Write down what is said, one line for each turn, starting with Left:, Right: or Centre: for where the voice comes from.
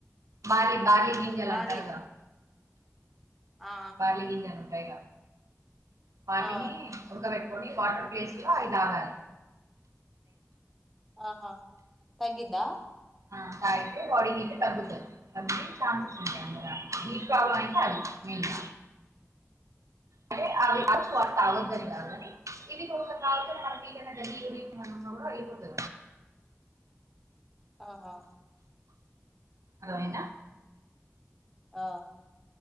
Right: భార్లీ భార్లీ గింజలు
Centre: బార్లీ
Right: అంటారుగా
Centre: ఆ
Right: బార్లీ గింజలు ఉంటాయిగా పాటిని
Centre: ఆ
Right: ఉడకపెట్ ట్టుకొని వాటర్ ప్లేస్ లో అవి తాగాలి
Centre: ఆహా తగ్గిద్దా
Right: ఆ తాగితే బాడీ హీట్ తగ్గుతది తగ్గే చాన్సెస్ ఉంటాయి కదా హీట్ ప్రాబ్లమ్ అయితే అది మీకా అంటే
Centre: ఆ
Right: అవి చ తాగుద్దని కాదు గాని ఇది ఒకసారి తాగితే మనకేదైనా <unintelligible> న్నా కూడా వెళ్ళిపోతది
Centre: ఆహ
Right: అర్ధం అయిందా
Centre: ఆ